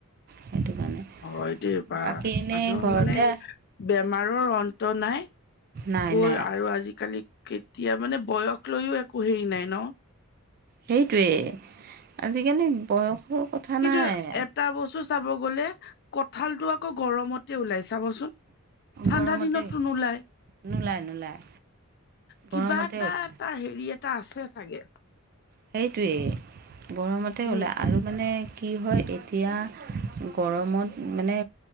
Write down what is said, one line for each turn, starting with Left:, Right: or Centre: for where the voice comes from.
Right: সেইটো কাৰণে
Left: অ' এইটোয় বা
Right: বাকী এনেই
Left: মথম
Right: ঘৰতে
Left: মানে <inaudible> বেমাৰৰ অন্ত নাই,
Right: নাই
Left: কত
Right: নাই
Left: আৰু আজিকালি কেতিয়া মানে, বয়স লৈও একো হেৰি নাই ন?
Right: সেইটোৱেই, আজিকালি বয়সৰ কথা
Left: কিন্তু
Right: নাই।
Left: এটা বস্তু চাব গ'লে কঁঠালতটো আকৌ গৰমতে ওলাই চাবচোন, ঠাণ্ডা
Right: গৰমতে
Left: দিনতো
Right: ওলায়
Left: নোলাই।
Right: নোলায় নোলায়
Left: কিবা
Right: গৰমতে
Left: এটা-
Right: ওলায়
Left: এটা হেৰি এটা আছে চাগে।
Right: সেইটোৱেই গৰমতে
Left: উম
Right: ওলায় আৰু মানে কি হয় এতিয়া গৰমত মানে